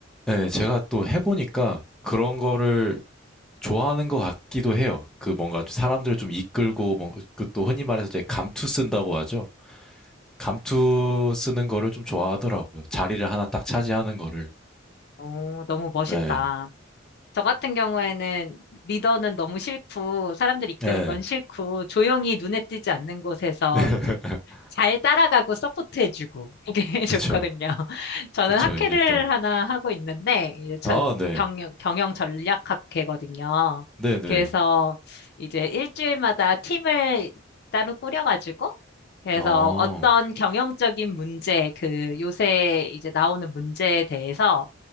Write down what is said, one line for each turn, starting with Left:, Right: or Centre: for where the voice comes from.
Centre: 네, 제가 또 해보니까 그런 거를 좋아하는 것 같기도 해요. 그 뭔가 사람들을 좀 이끌고 뭐 그또 흔히 말해서 이제 감투 쓴다고 하죠. 감투 쓰는 거를 좀 좋아하더라고요. 자리를 하나 딱 차지하는 거를.
Left: 오, 너무 멋있다.
Centre: 네,
Left: 저 같은 경우에는 리더는 너무 싫고, 사람들 이끄는
Centre: 네,
Left: 건 싫고, 조용히 눈에 띄지 않는 곳에서
Centre: <laughs>
Left: 이제 잘 따라가고 서포트해주고, 이게 <laughs>
Centre: 그쵸.
Left: 좋거든요. 저는
Centre: 그쵸,
Left: 학회를
Centre: 이게 또,
Left: 하나 하고 있는데, 이제 저
Centre: 아, 네,
Left: 경영, 경영 전략 학회거든요.
Centre: 네네,
Left: 그래서 이제 일주일마다 팀을 따로 꾸려가지고, 그래서
Centre: 어,
Left: 어떤 경영적인 문제, 그 요새 이제 나오는 문제에 대해서